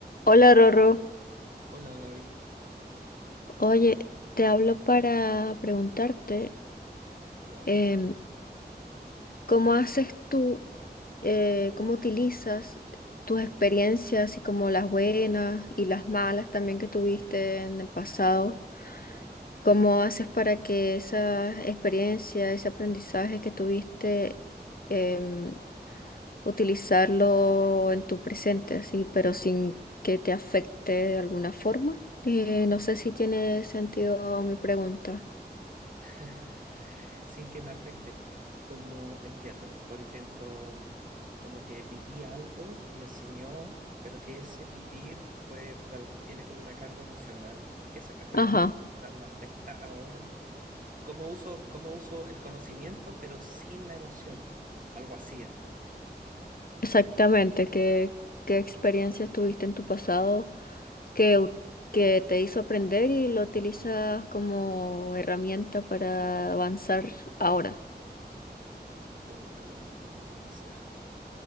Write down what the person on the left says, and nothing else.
Hola Rorro,
oye, te hablo para preguntarte
em, cómo haces tú, eh, cómo utilizas tus experiencias y como las buenas y las malas también que tuviste en el pasado
¿Cómo haces para que esa experiencia, ese aprendizaje que tuviste, em, utilizarlo en tu presente, así, pero sin que te afecte de alguna forma? Eh, no sé si tiene sentido mi pregunta.
Ajá,
exactamente. ¿Qué, qué experiencias tuviste en tu pasado que, u- que te hizo aprender y lo utilizas como herramienta para avanzar ahora?